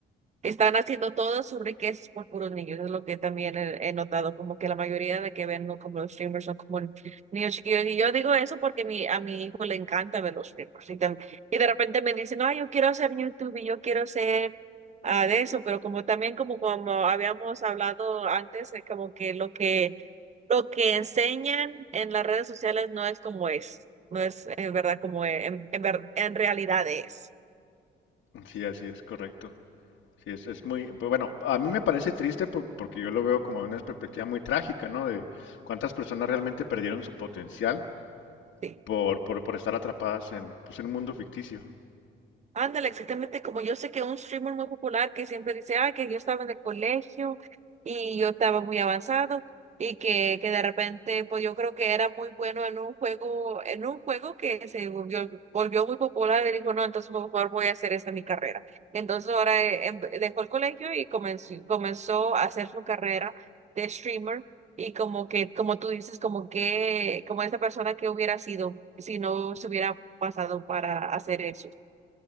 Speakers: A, on the right; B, on the left.
A: Están haciendo todo sobre que por puros niños, es lo que también he, he notado, como que la mayoría de la que ven ¿no? como los streamers son como niños chiquillos. Y yo digo eso porque mi, a mi hijo le encanta ver los streamers. Y, tam- y de repente me dicen, no, yo quiero hacer YouTube y yo quiero hacer ah, de eso, pero como también como, como habíamos hablado antes, es como que lo que lo que enseñan en las redes sociales no es como es, no es en verdad como en, en, ver- en realidad es.
B: Sí, así es, correcto. Sí, es, es muy, pues, bueno, a mí me parece triste por- porque yo lo veo como una perspectiva muy trágica, ¿no? De cuántas personas realmente perdieron su potencial
A: sí
B: por, por, por estar atrapadas en, pues, en un mundo ficticio.
A: Ándale, exactamente como yo sé que un streamer muy popular que siempre dice, ah, que yo estaba en el colegio y yo estaba muy avanzado y que, que de repente, pues yo creo que era muy bueno en un juego, en un juego que se volvió, volvió muy popular y dijo, no, entonces por favor voy a hacer esta mi carrera. Entonces ahora eh, em- dejó el colegio y comenzó, comenzó a hacer su carrera de streamer y como que, como tú dices, como que, como esta persona que hubiera sido si no se hubiera pasado para hacer eso.